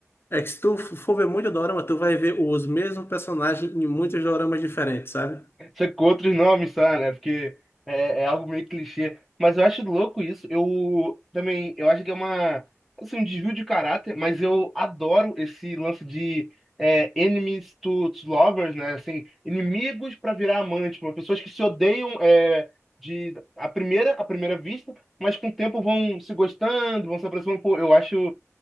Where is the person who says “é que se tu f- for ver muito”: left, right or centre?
Left